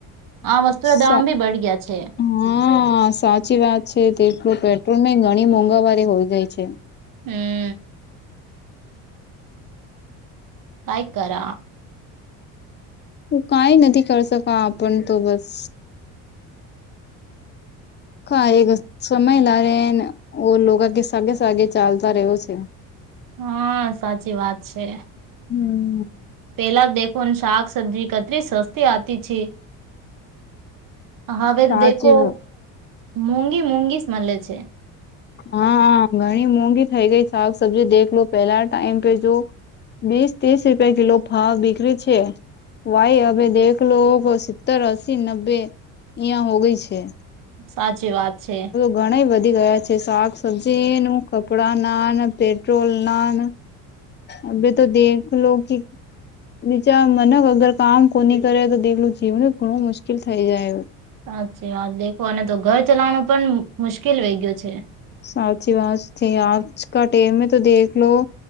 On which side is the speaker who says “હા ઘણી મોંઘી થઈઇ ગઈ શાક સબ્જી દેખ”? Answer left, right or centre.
Left